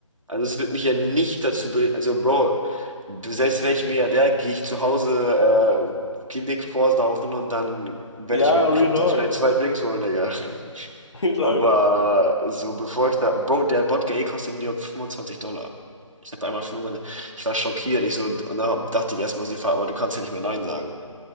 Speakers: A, on the right; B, on the left.
A: Also es wird mich ja nicht dazu bringen, also Bro, selbst wäre ich Milliardär, gehe ich zu Hause äh, Klinik vorsaufen und dann werde
B: ja,
A: ich mir im
B: Real
A: Club
B: Talk.
A: da vielleicht zwei Drinks holen, Digga.
B: <laughs> Real Talk.
A: Aber so bevor ich da, Bro, der Wodka E kostet in New York 25 Dollar. Ich hatte einmal 25, ich war schockiert. Ich so, und dann dachte ich erstmal, sie fahren, aber du kannst ja nicht mehr Nein sagen.